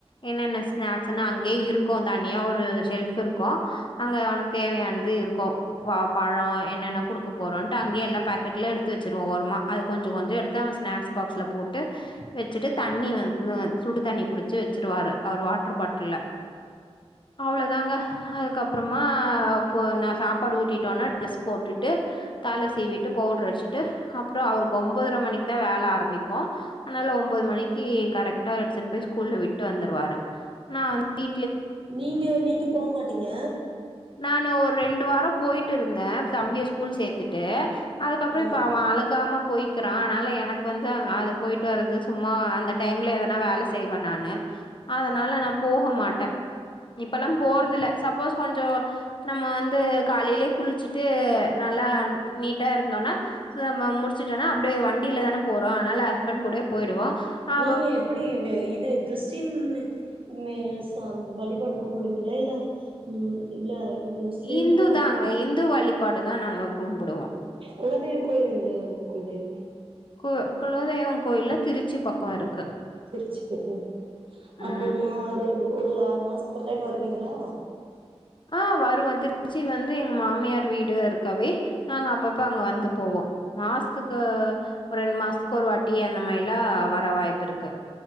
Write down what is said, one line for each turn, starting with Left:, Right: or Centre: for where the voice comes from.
Left: என்னென்ன ஸ்நாக்ஸ்னு அங்கயே இருக்கு தனியா ஒரு ஷெல்ஃப் இருக்கு அங்க அவனுக்கு தேவையானது இருக்கு ப பழோ என்னென்ன குடுக்க போறோன்ட்டு அங்கயே எல்லா பாக்கெட்ல எடுத்து வச் சிருவோ ஓரமா அத கொஞ்சோ கொஞ்சோ எடுத்து அவ ஸ்நாக்ஸ் பாக்ஸ்ல போட்டு வச்சுட்டு தண்ணி வந்து சுடுதண்ணி புடிச்சு வச்சுருவாரு அவரு வாட்டர் பாட்டில்ல அவ்ளோதாங்க அதுக்கப்புறமா போ நா சாப்பாடு ஊட்டிட்டோன்னா டிரஸ் போட்டுட்டு தல சீவிட்டு பவுட்ரு அடிச்சி ட்டு அப்றோ அவருக்கு ஒம்பதர மணிக்குதா வேல ஆரம்பிக்கு அதனால ஒம்பது மணிக்கி கரெக்டா எடுத்துனு போய் ஸ்கூல்ல விட்டு வந்துருவாரு நா வந்து வீ
Right: நீங்க நீங்க போமாட்டீங்க
Left: நானு ஒரு ரெண்டு வாரோ போய்ட்டுருந்தே தம்பிய ஸ்கூல் சேத்துட்டு அதுக்கப்புற
Right: ம்
Left: இப்ப அவ அழுகாம போய்க்கிறா அதனால எனக்கு வந்து அது போயிட்டு வறது சும்மா அந்த டைம்ல எதனா வேல செய்வே நானு அதனால நா போக மாட்டே இப்பல்லா போறது இல்ல சப்போஸ் கொஞ்ச நம்ம வந்து காலைலயே குளிச்சுட்டு நல்லா நீட்டா இருந்தோன்னா நம்ம முடிச்சிட்டோன்னா அப்டியே வண்டிலதான போறோ அதனால ஹஸ்பண்ட் கூடயே போயிடுவோ அவ
Right: நீங்க எப்பிடி இது இது கிறிஸ்டீனு மே சந் வழிபாடு கும்புடுவீங்களா இல்ல ம் இல்ல மு முஸ்லீமு
Left: இந்து
Right: அந்த
Left: தாங்க
Right: மாரி
Left: இந்து வழிபாடுதா நாங்க கும்புடுவோ
Right: குலதெய் கோயில் எந்த குலதெய்வ கோயில்
Left: கு குலதெய்வம் கோயில்லா திருச்சி பக்கோ இருக்கு
Right: திருச்சி பக்கோ
Left: ம்
Right: அப்போ மா ஒரு ஒரு ஆறு மாசத்துக்கு ஒரு டைம் வருவீங்களா
Left: ஆ வருவோ திருச்சி வந்து எங்க மாமியார் வீடு இருக்கவே நாங்க அப்பப்ப அங்க வந்து போவோ மாசத்துக்கு ஒரு ரெண்டு மாசத்துக்கு ஒரு வாட்டி அந்த மாரில்லா வர வாய்ப்பிருக்கு